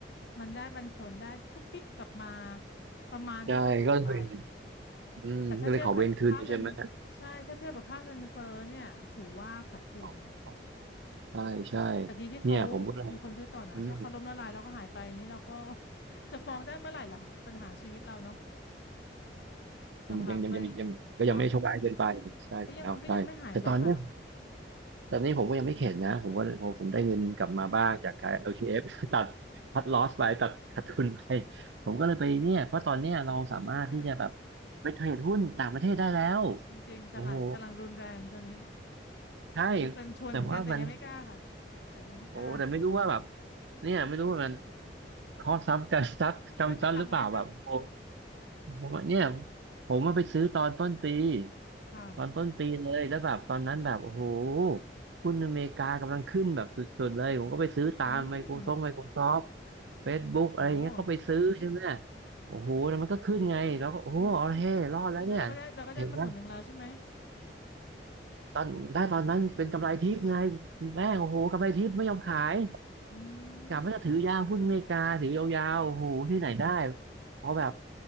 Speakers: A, on the left (about 65°); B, on the right (about 80°).
A: มันได้ปันผลได้ปุ๊บปิ๊กกลับมาประมาณที่เราส่งไป
B: ใช่ก็เลยเป็นอืมก็เลยขอเว้นคืนใช่ไหม
A: แต่ถ้าเทียบกับค่าเงินใช่ถ้าเทียบกับค่าเงินเฟ้อเนี่ยถือว่าขาดทุน
B: อ๋ออ๋อใช่ใช่
A: แต่ดีที่เขา
B: เนี่ยผมก็เลย
A: มีคนซื้อต่อนะถ้าเขาล้มละลายแล้วก็หายไปนี่เราก็
B: อืม
A: <laughs> จะฟ้องได้เมื่อไหร่ล่ะปัญหาชีวิตเราเนาะหลังๆเลย
B: ยังยังยังยังก็ยังไม่ได้โชคร้ายเกินไปใช่แล้วใช่แต่ตอนเนี้ย
A: เนาะก็ยังก็ยังไม่หายไปค่ะ
B: แต่นี่ผมก็ยังไม่เข็ดนะผมก็ผมผมได้เงินกลับมาบ้างจากขาย LTF <laughs> ตัดคัดลอสไปตัดขาดทุนไป ผมก็เลยไปเนี่ย เพราะตอนเนี้ยเราสามารถที่จะแบบ
A: สู้ชีวิตมาก
B: ไปเทรดหุ้นต่างประเทศได้แล้ว
A: จริงๆตลาดกำลังรุนแรงตอนนี้
B: โอ้โห ใช่
A: มีคนชวนเหมือนกันแต่ยังไม่กล้าค่ะ
B: แต่ว่ามัน
A: ใจยังไม่กล้า
B: โอ้แต่ไม่รู้ว่าแบบ เนี่ยไม่รู้ว่ามันคอสซ้ำกันซักจำซ้ำหรือเปล่าแบบโอ้
A: <laughs> ไม่มีตังค์เล่นด้วย
B: ผมว่าเนี่ยผมมาไปซื้อตอนต้นปี
A: ค่ะ
B: ตอนต้นปีเลยแล้วแบบตอนนั้นแบบโอ้โหหุ้นอเมริกากำลังขึ้นแบบสุดๆเลยผมก็ไปซื้อตาม
A: อืม
B: Microsoft Microsoft Facebook อะไรอย่างเงี้ยก็ไปซื้อใช่ไหม
A: โอ้
B: โอ้โหแล้วมันก็ขึ้นไงแล้วก็โอ้โหเอาเฮ้รอดแล้วเนี่ย
A: อืมตอนนั้นเราก็ได้เราก็ได้มาส่วนหนึ่งแล้วใช่ไหม
B: เห็นไหมตอนได้ตอนนั้นเป็นกำไรทิพย์ไงแม่งโอ้โหกำไรทิพย์ไม่ยอมขาย
A: อื
B: กะว่าจะถือยาวหุ้นอเมริกาถือยาวๆโอ้โหที่ไหนได้
A: ม
B: พอแบบ